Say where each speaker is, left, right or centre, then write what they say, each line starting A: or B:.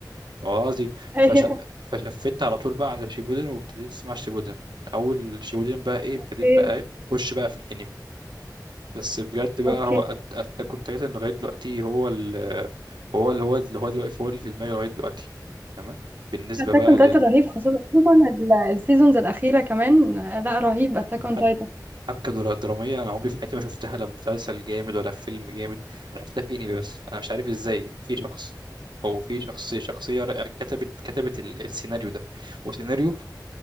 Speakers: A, on the right; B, on the right.
A: والله العظيم
B: ايوه
A: فش... فشفت على طول بقى على شيبودن وابتديت اسمع شيبودن من اول شيبودن بقى ايه ابتديت
B: اوكي
A: بقى ايه اخش بقى في الانمي بس بجد بقى
B: اوكي
A: هو أت- اتاك اون تايتن لغايه دلوقتي هو ال هو اللي هو اللي هو دلوقتي هو اللي في دماغي لغايه دلوقتي تمام بالنسبه
B: اتاك
A: بقى
B: اون تايتن
A: لل
B: رهيب خصوصا خصوصا ال- السيزونز الاخيرة كمان آه، لا رهيب اتاك اون
A: حب-
B: تايتن
A: حبكه درا- دراميه انا عمري في حياتي ما شفتها لا مسلسل جامد ولا في فيلم جامد انا شفتها في انمي بس انا مش عارف ازاي في شخص او في شخصيه شخصيه رائعة كتبت كتبت ال- السيناريو ده وسيناريو